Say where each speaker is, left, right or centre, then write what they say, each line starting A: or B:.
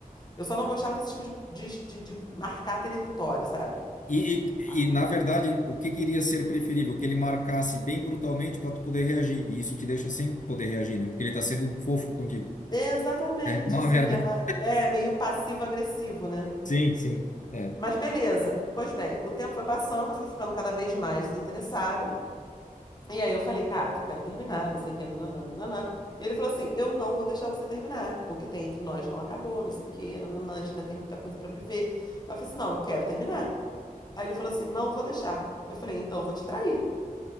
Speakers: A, on the left (about 30°); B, on the left (about 60°).
A: eu só não gostava desse tipo de, de, de, de marcar território, sabe?
B: E, e,
A: Ah,
B: e, na verdade, o que queria ser preferível? Que ele marcasse bem brutalmente para tu poder reagir. E isso te deixa sem poder reagir, né? Porque ele tá sendo fofo contigo.
A: Exatamente,
B: É, não
A: assim,
B: é uma merda.
A: é uma, é meio passivo-agressivo, né?
B: Sim, sim. É.
A: Mas beleza. Pois bem, o tempo foi passando, eu fui ficando cada vez mais desinteressada. E aí eu falei, cara, eu quero terminar, não sei o que, nananã, nananã. E ele falou assim: eu não vou deixar você terminar. O que tem entre nós não acabou, não sei o que, nananã, a gente ainda tem muita coisa pra viver. Eu falei assim: não, eu quero terminar. Aí ele falou assim: não vou deixar. Eu falei: então eu vou te trair.